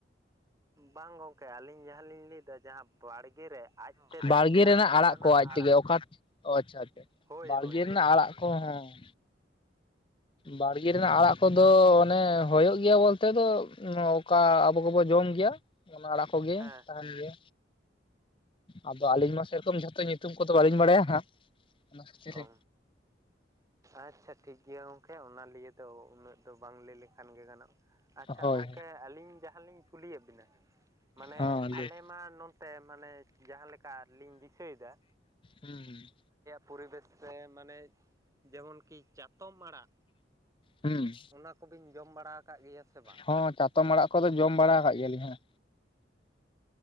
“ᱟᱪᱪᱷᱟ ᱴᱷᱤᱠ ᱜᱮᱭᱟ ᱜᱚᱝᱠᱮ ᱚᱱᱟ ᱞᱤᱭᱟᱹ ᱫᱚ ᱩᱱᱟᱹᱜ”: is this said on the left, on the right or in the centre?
Right